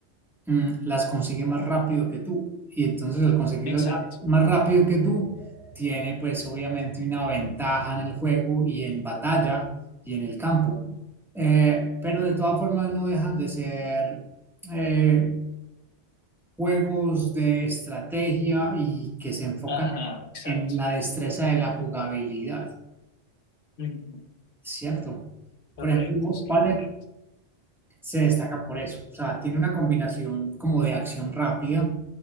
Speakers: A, in the centre; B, on the left.
A: mm, las consigue más rápido que tú. Y entonces al conseguirlas
B: exacto,
A: más más rápido que tú, tiene pues obviamente una ventaja en el juego y en batalla y en el campo. Eh, pero de todas formas no dejan de ser eh, juegos de estrategia y que se enfocan
B: ajá, exacto.
A: en la destreza de la jugabilidad,
B: Ujú,
A: ¿cierto?
B: Correcto,
A: Por ejemplo,
B: sí,
A: ¿cuál
B: correcto.
A: es, se destaca por eso. O sea, tiene una combinación como de acción rápida.